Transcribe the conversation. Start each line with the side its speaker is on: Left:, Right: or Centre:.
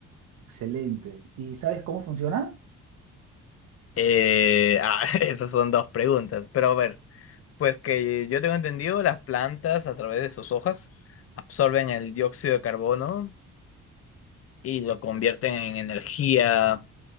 Right: Excelente. ¿Y sabes cómo funciona?
Left: Eh, ah, <laughs> esas son dos preguntas. Pero a ver, pues que yo tengo entendido, las plantas a través de sus hojas absorben el dióxido de carbono y lo convierten en energía